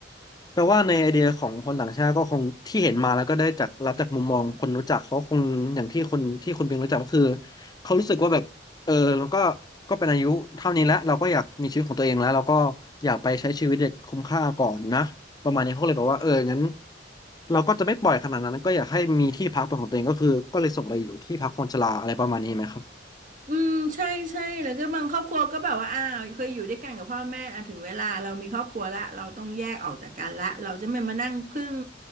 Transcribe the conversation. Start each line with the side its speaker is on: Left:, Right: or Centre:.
Left: แปลว่าในไอเดียของคนต่างชาติก็คงที่เห็นมาแล้วก็ได้จากรับจากมุมมองคนรู้จักเขาคงอย่างที่คนที่คุณเป็นรู้จักก็คือเขารู้สึกว่าแบบเออมันก็ก็เป็นอายุเท่านี้แล้วเราก็อยากมีชีวิตของตัวเองแล้วเราก็อยากไปใช้ชีวิตอย่างคุ้มค่าก่อนนะประมาณนี้เขาเลยบอกว่าเอองั้นเราก็จะไม่ปล่อยขนาดนั้นก็อยากให้มีที่พักเป็นของตัวเองก็คือก็เลยส่งไปอยู่ที่พักคนชราอะไรประมาณนี้ไหมครับ
Right: อืมใช่ใช่แล้วก็บางครอบครัวก็แบบว่าอ้าวเคยอยู่ด้วยกันกับพ่อแม่อ่ะถึงเวลาเรามีครอบครัวละเราต้องแยกออกจากกันละเราจะไม่มานั่งพึ่ง